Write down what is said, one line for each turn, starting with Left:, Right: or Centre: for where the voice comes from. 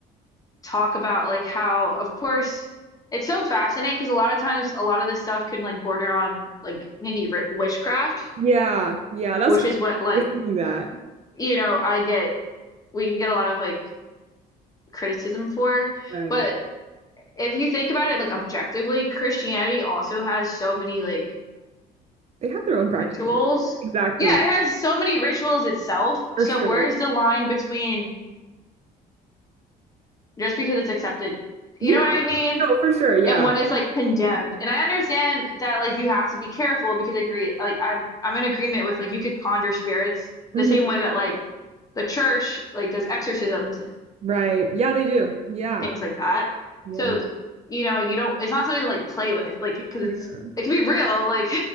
Left: talk about like how, of course, it's so fascinating because a lot of times a lot of this stuff can like border on like maybe ri witchcraft,
Right: Yeah. Yeah. That's
Left: which
Right: kind
Left: is what
Right: of,
Left: like,
Right: I was thinking that.
Left: you know, I get, we get a lot of like criticism for.
Right: Right.
Left: But if you think about it like objectively, Christianity also has so many like
Right: They have their own practices.
Left: rituals.
Right: Exactly.
Left: Yeah, it has so many rituals itself.
Right: For
Left: So
Right: sure.
Left: where's the line between just because it's accepted?
Right: Yeah.
Left: You know what I mean?
Right: No, for sure. Yeah.
Left: and one is like condemned. And I understand that like you have to be careful because I agree like I'm I'm in agreement with like you could conjure spirits
Right: hmm
Left: the same way that like the church like does exorcisms and
Right: Right. Yeah, they do. Yeah.
Left: things like that.
Right: Yeah.
Left: So th- you know, you don't it's not something to like play with like because
Right: For
Left: it's
Right: sure.
Left: it can be real like